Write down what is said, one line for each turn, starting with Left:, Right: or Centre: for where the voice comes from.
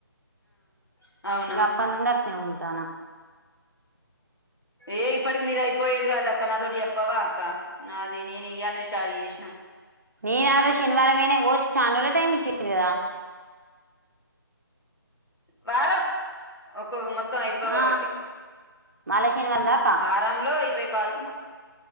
Left: ఆ అవునా
Right: ఇంకా అప్పటినుండి నే ఉంటాను
Left: ఏ ఇప్పటికి నీది అయిపోయేది కాదు అక్క నాతోటి చెప్పవా అక్క నాది నేను ఇయ్యాలని స్టార్ట్ చేసిన
Right: నేన్ శనివారం మైన పోవచ్చు టైమ్ ఇచ్చింది కదా
Left: వారం ఒక్కొక్క మొత్తం మొత్తం అయిపోయి
Right: ఆ
Left: ఒకటి
Right: మళ్ళా శనివారం దాకా
Left: వారంలో ఇరవై కాల్సి